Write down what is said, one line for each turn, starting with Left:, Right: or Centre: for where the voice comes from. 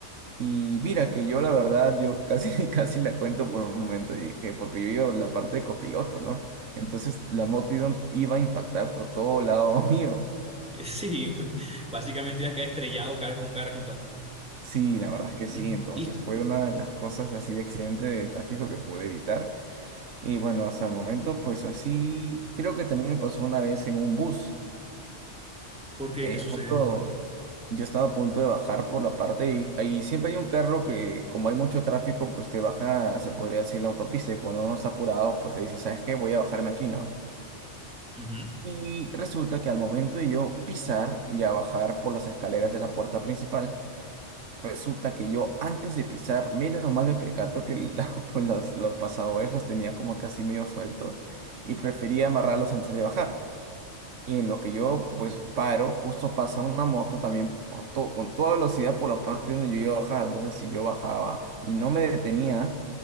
Right: Y mira que yo la verdad, yo casi, <laughs> casi la cuento por un momento y dije, porque yo iba en la parte de copiloto, ¿no? Entonces la moto iba, iba a impactar por todo lado <laughs> mío.
Centre: sí, pues, básicamente ya quedé estrellado cara con cara contra ti.
Right: Sí, la verdad es que
Centre: Y
Right: sí.
Centre: No,
Right: Entonces
Centre: ¿y
Right: fue una de las cosas así de accidente de tráfico que pude evitar. Y bueno, hasta el momento, pues así, creo que también me pasó una vez en un bus.
Centre: por qué?
Right: Eh,
Centre: ¿Qué sucedió?
Right: justo. Yo estaba a punto de bajar por la parte y ahí siempre hay un carro que, como hay mucho tráfico, pues te baja, se podría decir, la autopista y cuando uno está apurado, pues te dice, ¿sabes qué? Voy a bajarme aquí, ¿no?
Centre: Ujú. <laughs>
Right: Y resulta que al momento de yo pisar, ya bajar por las escaleras de la puerta principal, resulta que yo antes de pisar, menos mal me percato que la- <laughs> pues los, los pasadores los tenía como casi medio sueltos y prefería amarrarlos antes de bajar. Y en lo que yo pues paro, justo pasa una moto también por todo, con toda velocidad por la parte donde yo iba a bajar. Entonces si yo bajaba y no me detenía,